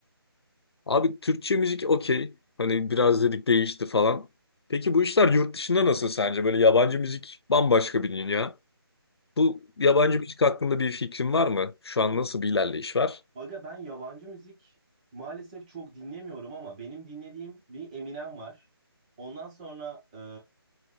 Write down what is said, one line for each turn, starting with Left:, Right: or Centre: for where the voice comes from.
Left: Abi Türkçe müzik okey. Hani biraz dedik değişti falan. Peki bu işler yurt dışında nasıl sence? Böyle yabancı müzik bambaşka bir dünya. Bu yabancı müzik hakkında bir fikrin var mı? Şu an nasıl bir ilerleyiş var?
Right: Aga ben yabancı müzik maalesef çok dinlemiyorum ama benim dinlediğim bir Eminem var. Ondan sonra e,